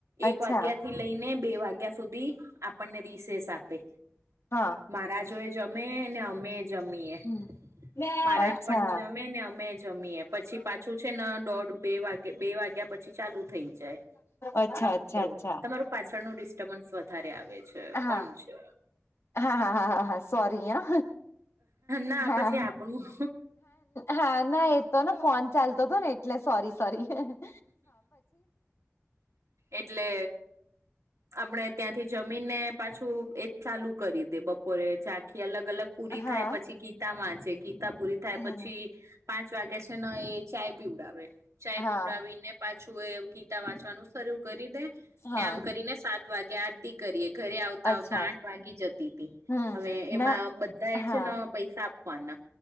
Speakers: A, on the right; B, on the left.
A: એક
B: અચ્છા
A: વાગયા થી લઈને બે વાગ્યા સુધી આપણને રિસેસ આપે.
B: હા
A: મારા જોએ જમે ને, અમે જમીએ.
B: હમ
A: મહારાજ
B: અચ્છા
A: પણ જમે ને અમે જમીએ. પછી પાછું છે ને, દોઢ- બે વાગે બે વાગ્યા પછી ચાલુ થઈ જાય.
B: અચ્છા અચ્છા
A: એવું
B: અચ્છા
A: તમારું પાછળનું? વધારે આવે છે,
B: હા
A: કોણ છે?
B: હા, હા, હા, હા, હા. સોરી! હા,
A: ના
B: હા.
A: પછી આપણું
B: હા, ના, એતો ને ફોન ચાલતો હતો ને, એટલે સોરી, સોરી, હે.
A: એટલે આપણે ત્યાંથી જમીન ને પાછું એ ચાલુ કરી દે. બપોરે ઝાંખી અલગ અલગ. પૂરી
B: હા
A: થાય. પછી ગીતામાં છે. ગીતા પૂરી થાય
B: હમ
A: પછી પાંચ વાગ્યા છે ને, એ ચાય પીવડાવે. ચાય
B: હા
A: પીવડાવીને પાછું એ ગીતા વાંચવાનું શરૂ કરી દે
B: હા
A: ને. આમ કરીને સાત વાગે, આઠ કરીએ. ઘરે આવતા
B: અચ્છા
A: આવતા આઠ વાગી જતી હતી.
B: હમ
A: હવે એમાં
B: ના
A: બધા એ
B: હા
A: છે ને પૈસા આપવાના